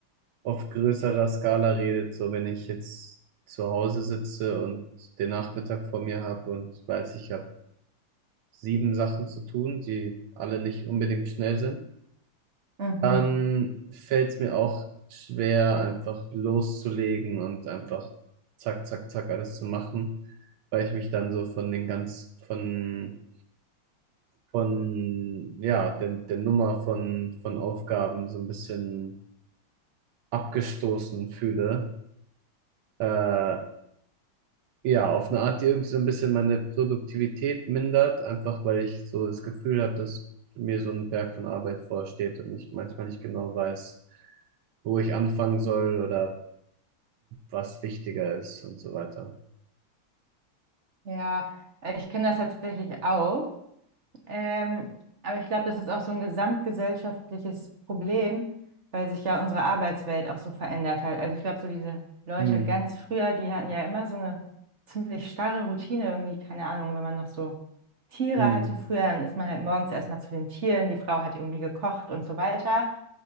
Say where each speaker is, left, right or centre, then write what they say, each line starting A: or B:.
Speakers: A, on the right; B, on the right.
A: auf größerer Skala redet, so wenn ich jetzt zu Hause sitze und den Nachmittag vor mir habe und weiß, ich habe sieben Sachen zu tun, die alle nicht unbedingt schnell sind
B: Mhm.
A: Dann fällt es mir auch schwer, einfach loszulegen und einfach zack, zack, zack alles zu machen, weil ich mich dann so von den ganz, von, von, ja, der, der Nummer von, von Aufgaben so ein bisschen abgestoßen fühle. Äh, ja, auf eine Art, die irgendwie so ein bisschen meine Produktivität mindert, einfach weil ich so das Gefühl habe, dass mir so ein Berg von Arbeit vorsteht und ich manchmal nicht genau weiß, wo ich anfangen soll oder was wichtiger ist und so weiter.
B: Ja, äh, ich kenne das tatsächlich auch. Ähm, aber ich glaube, das ist auch so ein gesamtgesellschaftliches Problem, weil sich ja unsere Arbeitswelt auch so verändert hat. Also ich glaube, so diese Leute
A: Hm,
B: ganz früher, die hatten ja immer so eine ziemlich starre Routine irgendwie, keine Ahnung, wenn man noch so Tiere
A: hm.
B: hatte früher, dann ist man halt morgens erstmal zu den Tieren, die Frau hat irgendwie gekocht und so weiter.